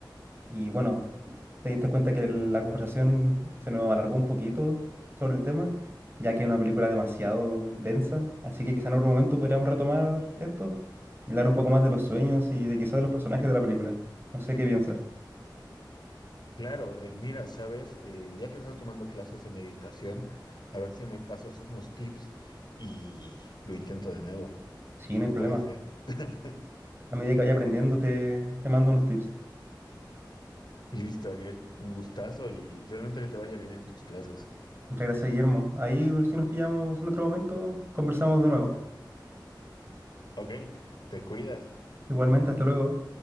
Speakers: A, on the right (about 30°); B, on the left (about 65°).
A: Y bueno, te diste cuenta que la conversación se nos alargó un poquito sobre el tema, ya que es una película demasiado densa, así que quizá en otro momento podríamos retomar esto y hablar un poco más de los sueños y de quizá de los personajes de la película. No sé qué piensas.
B: Claro, eh, mira, sabes, Eh, ya que estás tomando clases de meditación, a ver si me pasas unos tips y lo intento de nuevo.
A: Sí, no hay problema.
B: Puede ser. <laughs>
A: A medida que vaya aprendiendo te, te mando unos tips.
B: Listo, Ariel, un gustazo y realmente que te vaya bien en tus clases.
A: Muchas gracias, Guillermo. Ahí, si nos pillamos en otro momento, conversamos de nuevo.
B: Ok, te cuidas.
A: Igualmente, hasta luego.